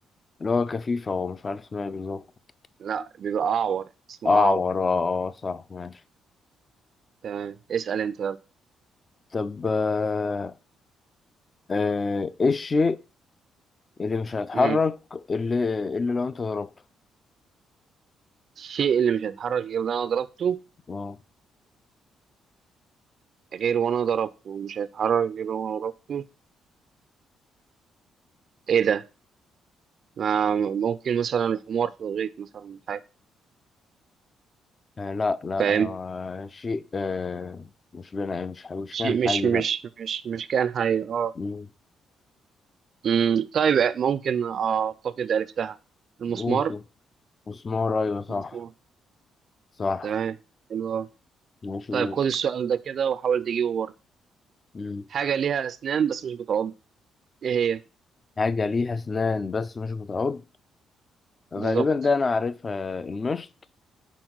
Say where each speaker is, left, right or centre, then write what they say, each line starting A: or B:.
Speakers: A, on the left (about 30°); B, on the right (about 55°).
A: اللي هو كفيفة هو مش عارف اسمها إيه بالظبط
B: لا بيبقى اعور اسمها
A: أعور
B: اعور
A: اه آه، أه، صح ماشي
B: تمام اسال انت بقى.
A: طب آه آه، إيه الشيء اللي مش هيتحرك
B: امم
A: اللي اللي لو أنت ضربته
B: الشيء اللي مش هيتحرك غير وانا ضربته
A: اه
B: غير وانا ضربته مش هيتحرك غير وانا ضربته ايه ده ما ممكن مثلا الحمار في الغيط مثلا حاجه
A: آه، لا لا
B: فاهم
A: هو شيء آه مش بنا مش مش
B: شيء
A: كان حي
B: مش مش
A: لا
B: مش مش كائن حي اه
A: مم.
B: امم طيب ممكن اعتقد عرفتها المسمار
A: قول كده. مسمار أيوة صح
B: المسمار
A: صح
B: تمام حلو أوي.
A: ماشي
B: طيب
A: دول
B: خد السؤال ده كده وحاول تجيبه برضه
A: مم.
B: حاجة ليها أسنان بس مش بتعض إيه هي
A: حاجة ليها أسنان بس مش بتعض غالبا
B: بالظبط
A: ده أنا عارفها المشط